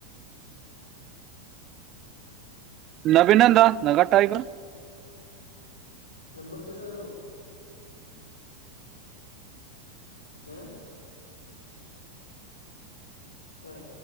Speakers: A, on the right; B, on the left.
A: ന്നാപിന്നെന്താ എന്നാ കട്ടാക്കിക്കൊ
B: എമ്പോർപിയ കേറോ ഏ ആഹ്